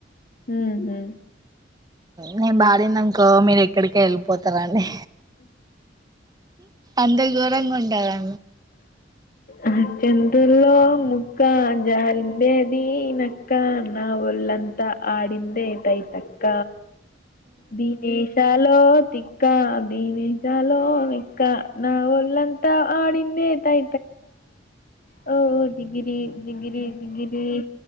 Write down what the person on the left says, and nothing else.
ఉమ్ హు
ఆ చంద్రలో ముక్క జారిందే నీ నక్కా అక్క నా ఒల్ంతా ఆడిందే తయితక్క ధినేయషలో తిక్క దీని చాలో మిక్క నాళ్ళంతా ఆడిందే తై <inaudible> ఓ జిగిరి జిగిరి జిగిరి జిగిరి